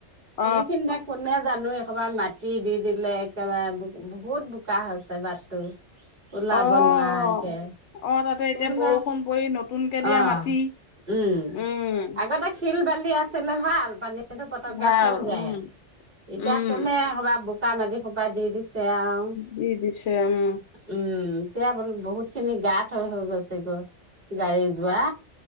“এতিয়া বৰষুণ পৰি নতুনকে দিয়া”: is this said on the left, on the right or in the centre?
Left